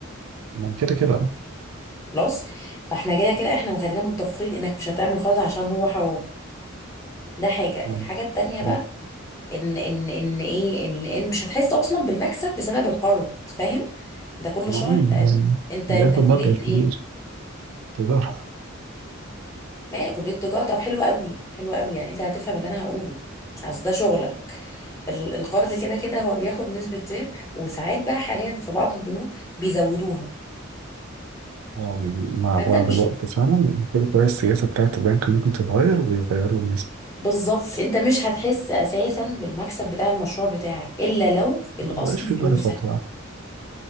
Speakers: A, on the right; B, on the left.
A: ما كده كده أه
B: خلاص فاحنا كده كده احنا خلينا متفقين انك مش هتعمل قرض عشان هو حرام ده حاجه
A: مم.
B: الحاجه التانيه بقى
A: مم.
B: ان ان ان ايه ان ان مش هتحس اصلا بالمكسب بسبب القرض فاهم انت كل
A: ما
B: شهر
A: هو اللي
B: انت انت
A: بياخد
B: انت كلية
A: مبلغ
B: ايه
A: كبير تجارة
B: ما هي كلية تجارة طب حلو قوي حلو قوي يعني انت هتفهم اللي انا هقوله اصل ده شغلك ال- القرض كده كده هو بياخد نسبة ربح وساعات بقى حاليا في بعض البنوك بيزودوها
A: أه مع
B: فانت
A: بعض
B: مش
A: الوقت فعلا كل شوية السياسة بتاعة البنك ممكن تتغير ويغيروا النسبة
B: بالظبط انت مش هتحس اساسا بالمكسب بتاع المشروع بتاعك الا لو الاصل
A: ما بيبقاش في
B: فلوسك
A: بركة بصراحة